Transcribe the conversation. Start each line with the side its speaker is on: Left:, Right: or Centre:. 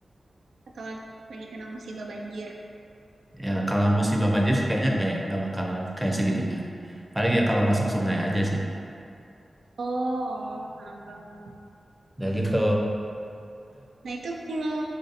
Right: atau lagi, lagi kena musibah banjir.
Centre: Ya kalau musibah banjir sih kayaknya enggak ya, nggak bakal kayak segitunya. Paling ya kalau masuk sungai aja sih.
Right: Oh, oh, paham, paham, paham.
Centre: Nah gitu.
Right: Nah, itu kalau